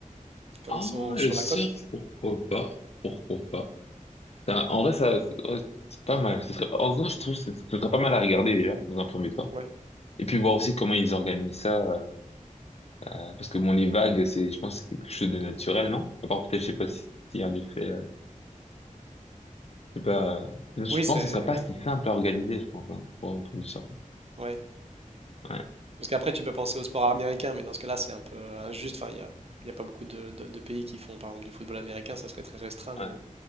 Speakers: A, on the right; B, on the left.
A: comme
B: Ah,
A: ils sont sur
B: le surf,
A: la côte.
B: pourquoi pas? Pourquoi pas? Ça- En vrai, ça, ouais, c'est pas mal. Ce serait, en vrai, je trouve que ce ce serait pas mal à regarder déjà, dans un premier temps.
A: Ouais.
B: Et puis voir aussi comment ils organisent ça. euh, euh, parce que bon, les vagues, c'est, je pense, quelque chose de naturel, non? À part peut-être, je sais pas si, si en effet, euh, je sais pas, euh,
A: Oui,
B: je
A: c'est,
B: pense que ce serait pas si simple à organiser, je pense, hein, pour, pour du surf.
A: ouais.
B: Ouais,
A: Parce qu'après, tu peux penser au sport américain, mais dans ce cas-là, c'est un peu injuste. Enfin, il y a, il y a pas beaucoup de, de- de pays qui font, par exemple, du football américain. Ça serait très restreint
B: ouais,